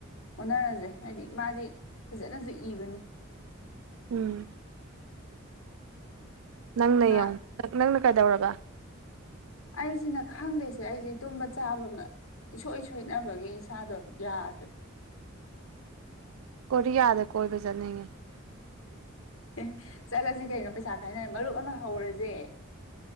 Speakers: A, on the left; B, on the right.
A: ꯑꯣꯟꯅꯔꯖꯦ ꯍꯥꯏꯗꯤ ꯃꯥꯗꯤ ꯐꯖꯅꯁꯨ ꯏꯕꯅꯤ
B: ꯎꯝ ꯅꯪꯅ
A: ꯃꯥ
B: ꯌꯦꯡꯉꯣ ꯅꯪꯅ ꯀꯩꯗꯧꯔꯕ
A: ꯑꯩꯁꯤꯅ ꯈꯪꯗꯦꯁꯦ ꯑꯩꯁꯦ ꯇꯨꯝꯕ ꯆꯥꯕꯃ <unintelligible> ꯏꯁꯣꯏ ꯁꯣꯏꯅꯕꯒꯤ ꯏꯁꯥꯗꯣ ꯌꯥꯗ꯭ꯔꯦ
B: ꯀꯔꯤꯌꯥꯗ ꯀꯣꯏꯕ ꯆꯠꯅꯤꯡꯉꯦ
A: ꯑꯦ ꯆꯠꯂꯁꯤ ꯀꯩꯅꯣ ꯄꯩꯁꯥ ꯀꯥꯏꯅꯔ ꯃꯔꯨꯞ ꯑꯃ ꯍꯧꯔꯖꯦ